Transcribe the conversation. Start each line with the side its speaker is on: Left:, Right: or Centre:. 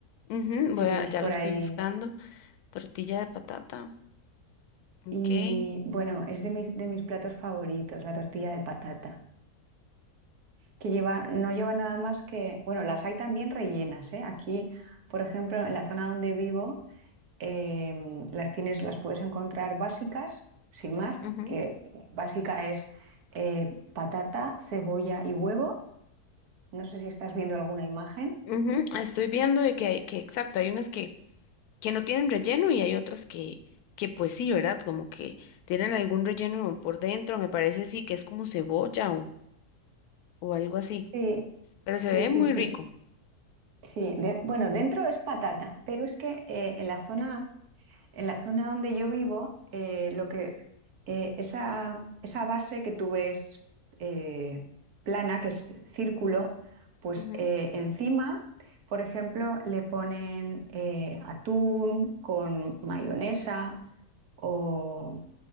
Left: Ujú,
Right: si
Left: Voy
Right: tienes
Left: a, ya
Right: por
Left: lo estoy
Right: ahí.
Left: buscando. Tortilla de patata. Ok.
Right: Y bueno, es de mis, de mis platos favoritos, la tortilla de patata, que lleva, no lleva nada más que, bueno, las hay también rellenas, ¿eh? Aquí, por ejemplo, en la zona donde vivo, em, las tienes, las puedes encontrar básicas, sin más,
Left: ujú,
Right: que básica es eh, patata, cebolla y huevo. No sé si estás viendo alguna imagen.
Left: ujú. Estoy viendo de que, hay- que exacto, hay unas que que no tienen relleno y hay otras que, que pues sí, ¿verdad? Como que tienen algún relleno por dentro, me parece así que es como cebolla o, o algo así,
Right: Sí,
Left: pero
Right: sí,
Left: se ve
Right: sí,
Left: muy
Right: sí.
Left: rico.
Right: Sí, de- bueno, dentro es patata, pero es que eh, en la zona en la zona donde yo vivo, eh, lo que, eh, esa, esa base que tú ves eh, plana, que es círculo, pues
Left: Ujú.
Right: eh, encima, por ejemplo, le ponen eh, atún con mayonesa o...